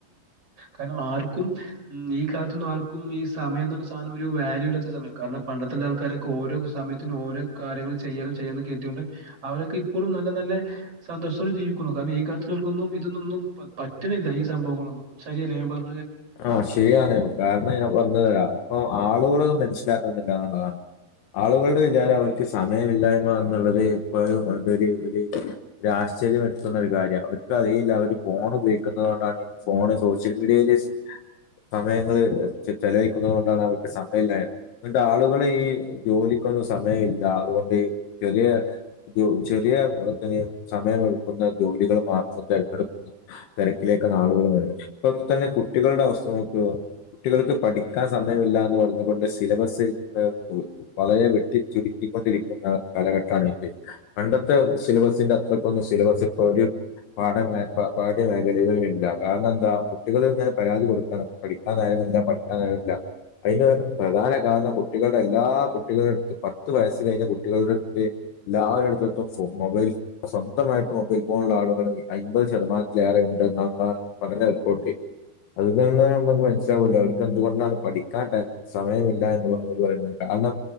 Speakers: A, on the right; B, on the left.
A: കാരണം ആർക്കും ഈ കാലത്തന്നും ആർക്കും ഈ സമയം സാധന ഒരു വാല്യൂല്ലാത്ത യ കാരണം പണ്ടത്തെുള്ള ആൾക്കാരൊക്കെ ഓരോ സമയത്തിും ഓരോ കാര്യങ്ങൾ ചെയ്യാനും ചെയ്യാനൊക്കെ എത്തിയൊണ്ട് അവരൊക്കെ എപ്പോഴും നല്ല നല്ല സന്തോഷത്തോട് ജീവിക്കുന്നു കാരണം ഈ കാാലട്ടക്കൊന്നും ഇതൊന്നൊന്നും പറ്റുന്നില്ല ഈ സംഭവങ്ങളൊന്നും ശരിയല്ലേ ഞാൻ പറ
B: ആഹ ശരിയാണ് കാരണം ഞാൻ വന്നതരാ അപ്പൊ ആളുകളൾത് മനസ്സിലാക്കുന്നില്ല എന്നുള്ളതാണ് ആളുകളുടെ വിചാരം അവർക്ക് സമയമില്ലായ്മ എന്നുള്ളത് എപ്പോഴും അതൊരുശ ആശ്ചര്യം എടുത്തുന്ന ഒരു കാര്യം അവർക്ക് അതയില്ല അവര് ഫോൺ ഉപയോഗിക്കുന്നത് കൊണ്ടാണ് ഫോണ് സോഷ്യൽ മീഡിയയില് <unintelligible> സമയങ്ങള് ചെലവഴിക്കുന്നത് കൊണ്ടാണ് അവർക്ക് സമയംമില്ലായ അുകൊണ്ട് ആളുകൾ ഈ ജോലിക്കൊന്നും സമയ ഇില്ല അതുകൊണ്ട് ചെറിയ ചെറിയന് സമയമ എടുക്കുന്ന ജോലികൾ മാത്രം തിരഞ്ഞെടുക്കുന്ന തിരക്കിലേക്കാണ് ആളുകൾത് ഇപ്പൊ തന്നെട്ട കുട്ടികളുടെ അവസ്ഥ നോക്ക കുട്ടികൾക്ക് പഠിക്കാൻ സമയമില്ല എന്ന് പറഞ്ഞ കൊൊണ്ട് സിലബസ് പോ വളരെ വെട്ടി ചുരുക്കിക്കൊണ്ടിരിക്കുന്ന കാലഘട്ടമാണ് ഇത് പണ്ടത്തെ സിലബസിന്റെ അക്ക സിലബസ് ഇപ്പൊ ഒരു പാഠ പാഠ്യ മേഖല ഇല്ല കാരണം എന്താ കുട്ടികൾ ഇങ്ങ പരാതി കൊടുക്കാണ് അപ്പ പഠിക്കാനായിരുന്നില്ല പഠിക്കാനായിരുന്നില്ല അതിന് പ്രധാന കാരണം കുട്ടികളുടെ എല്ലാ കുട്ടികളുടെ അടുത്ത് പത്ത് വയസ് കഴിഞ്ഞ കുട്ടികളുടെ അടുത്ത് എല്ലായിടത്തത്തും ഫ മൊബൈൽ സ്വന്തമായിട്ട് മൊബൈൽ ഫോണള്ള ആളുകളെ അൻമ്പത് ശതമാനത്തിലേറെ നന്ന പറഞ്ഞ പോട്ടി അത് തന്നെ നമുക്ക് മനസ്സിലാവൂല അവർക്ക് എന്തുകൊണ്ടാണ് പഠിക്കാൻ സമയമില്ല എന്ന് അവർ പറയുന്ന കാരണം